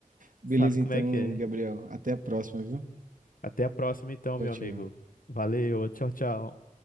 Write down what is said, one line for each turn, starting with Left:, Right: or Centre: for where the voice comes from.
Right: Beleza,
Left: Sabe como
Right: então,
Left: é que é?
Right: Gabriel. Até a próxima, viu?
Left: Até a próxima então,
Right: Tchau,
Left: meu
Right: tchau.
Left: amigo. Valeu, tchau, tchau.